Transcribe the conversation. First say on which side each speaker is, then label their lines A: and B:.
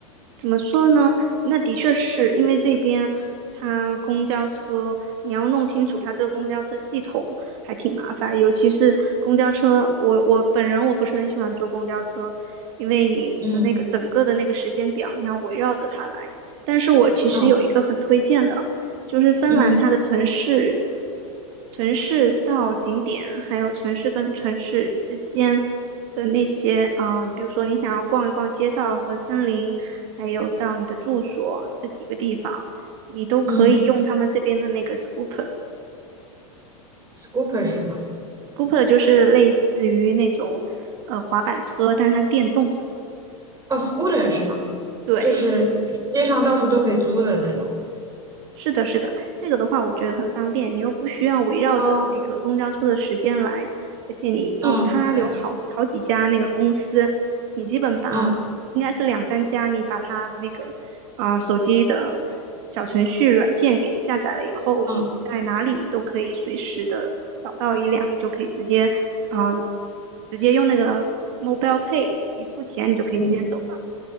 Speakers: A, on the right (about 60°); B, on the right (about 20°).
A: 怎么说呢？那的确是因为这边它公交车，你要弄清楚它这个公交车系统还挺麻烦，尤其是公交车，我我本人我不是很喜欢坐公交车，因为你的那个整个的那个时间表，
B: 嗯
A: 你要围绕着它来。但是我其实有一个很推荐的，
B: 嗯
A: 就是芬兰它的城市，
B: 嗯
A: 城市到景点，还有城市跟城市之间。的那些，啊，比如说你想要逛一逛街道和森林，还有到你的住所这几个地方，你都可以用他们这边的那个
B: 嗯
A: scooper。
B: ，scooper 是什么？
A: scooper 就是类似于那种呃滑板车，但是它是电动的。
B: 哦，scooter 是吗？
A: 对。
B: 就是街上到处都可以租的那种。
A: 是的，是的，这个的话我觉得很方便，你又不需要围绕着那个公交车的时间来，
B: 哦，
A: 而且你住它有好好几家那个公司，
B: 嗯，对，
A: 你基本把应该是两三家，
B: 嗯
A: 你把它的那个啊、呃手机的小程序软件给下载了以后，
B: 嗯
A: 你在哪里你都可以随时的找到一辆，你就可以直接啊、呃直接用那个 Mobile Pay 一付钱，你就可以直接走。
B: 嗯